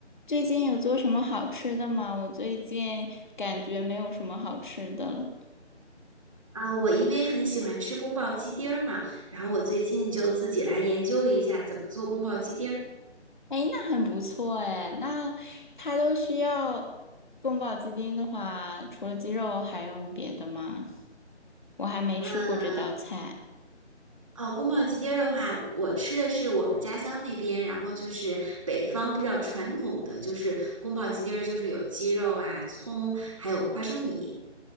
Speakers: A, on the left; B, on the right.
A: 最近有做什么好吃的吗？我最近感觉没有什么好吃的了。
B: 啊，我因为很喜欢吃宫保鸡丁儿嘛，然后我最近就自己来研究了一下怎么做宫保鸡丁儿。
A: 哎，那很不错哎。那它都需要宫保鸡丁的话，除了鸡肉还用别的吗？我还没吃过这道菜。
B: 嗯，哦，宫保鸡丁儿的话，我吃的是我们家乡那边，然后就是北方比较传统的，就是宫保鸡丁儿就是有鸡肉啊、葱，还有花生米。